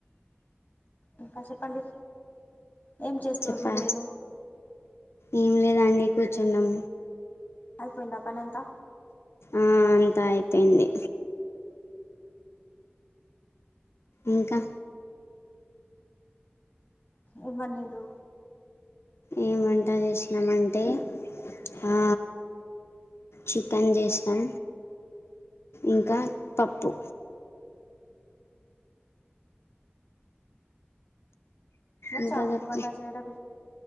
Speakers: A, on the left; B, on the left.
A: ఇంకా చెప్పండి ఏం చేస్తుర్రు
B: చెప్పా
A: మీరు
B: ఏం లేదండి కూర్చున్నాం
A: అయిపోయిందా పనంతా
B: ఆ అంతా అయిపోయింది ఇంకా
A: ఏం వండిడ్రు
B: ఏమ్ వంట చేసినామంటే ఆ చికెన్ చేసిన్నం ఇంకా పప్పు
A: వచ్చా
B: ఇంకా
A: మీకు వంట
B: చెప్పు
A: చేయడం